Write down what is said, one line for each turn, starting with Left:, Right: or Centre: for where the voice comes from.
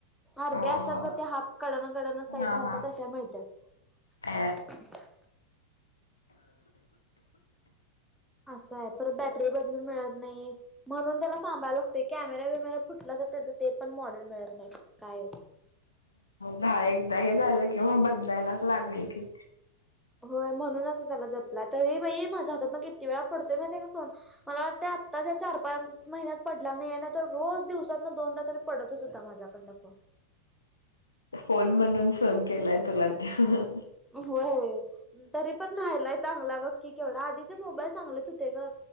Centre: अर्ध्या
Left: हो
Centre: असतांत
Left: हो.
Centre: बं ते हांफ कडणं गडणं साईडमध्यें
Left: हा हा
Centre: तशायां मिळतांत
Left: अ
Centre: असं आहे परंत बॅटरी बदलूंन मिळतं नाहीं. म्हणूंन त्यांला सांभायला लागते कॅमेरा वेमेरा फुटलां तरं त्याचं ते पणं मॉडेल मिळतं नाहीं कायं चं.
Left: झालं एकदां हे झालं कि मं बदलांयलाचं लागलं की.
Centre: होयं म्हणूंन असं त्यांला जपलांय तरी बाई माझ्यां हातांतून नां किती वेळां पडतोय मं त्यां फोन. मलां वाटतते आत्तांच्या चार पांच महिन्यांत पडलां नाहीं आहे नां तरं रोज दिवसांत न दोनदा तरी पडतचं होतां माझ्याकडं नं फोन
Left: फोन म्हणूंन सहन केलांय तुलां त्यां
Centre: होयं तरी पणं राहिलाय चांगला बघकी केवढा आधीचे मोबाईल चांगलेच होते गं